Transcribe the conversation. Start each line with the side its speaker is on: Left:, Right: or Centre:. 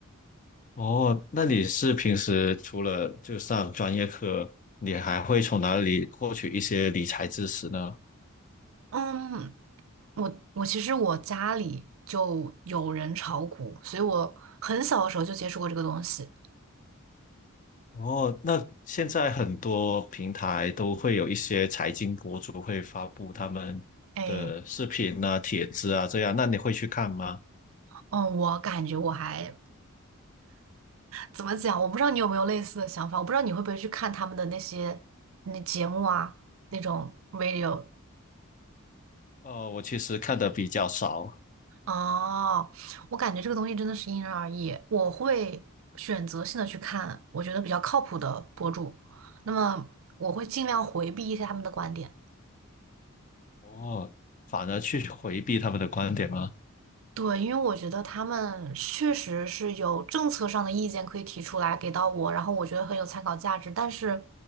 Left: 哦，那你是平时除了就上专业课，你还会从哪里获取一些理财知识呢？
Right: 嗯，我我其实我家里就有人炒股，所以我很小的时候就接触过这个东西。
Left: 哦，那现在很多平台都会有一些财经博主会发布他们的视频啊、
Right: 哎，
Left: 帖子啊这样，那你会去看吗？
Right: 嗯，我感觉我还怎么讲？我不知道你有没有类似的想法，我不知道你会不会去看他们的那些那节目啊，那种 radio。
Left: 哦，我其实看的比较少，
Right: 哦，我感觉这个东西真的是因人而异。我会选择性的去看我觉得比较靠谱的博主，那么我会尽量回避一些他们的观点。
Left: 哦，反而去回避他们的观点吗？
Right: 对，因为我觉得他们确实是有政策上的意见可以提出来给到我，然后我觉得很有参考价值。但是，